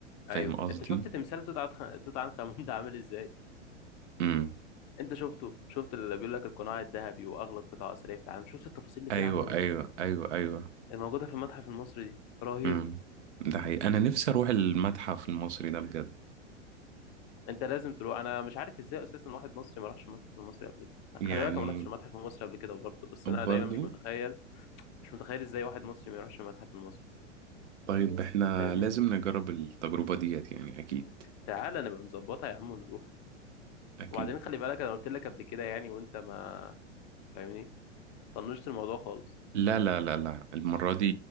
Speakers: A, on the right; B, on the left.
A: فاهم
B: ايوت
A: قصدي؟
B: انت شفت تمثال توت عنخ توت عنخ امون ده عامل ازاي
A: امم
B: انت شفته شفت اللي بيقول لك القناع الذهبي واغلى قطع اثريه في العالم شفت التفاصيل اللي
A: ايوه
B: فيها عامله ازاي
A: ايوه ايوه ايوه
B: الموجوده في المتحف المصري دي رهيبه
A: امم ده حقيقي انا نفسي اروح المتحف المصري ده بجد
B: انت لازم تروح انا مش عارف ازاي اساسا واحد مصري ما راحش المتحف المصري قبل كده
A: يعني
B: خلي بالك انا ما رحتش المتحف المصري قبل كده برضه بس انا دايما
A: برضو
B: مش متخيل مش متخيل ازاي واحد مصري ما يروحش المتحف المصري
A: طيب احنا
B: فاهمني
A: لازم نجرب التجربة ديت يعني اكيد
B: تعالى نبقى نظبطها يا عم ونروح
A: اكيد
B: وبعدين خلي بالك انا قلت لك قبل كده يعني وانت ما فاهمني طنشت الموضوع خالص
A: لا لا لا لا المرة دي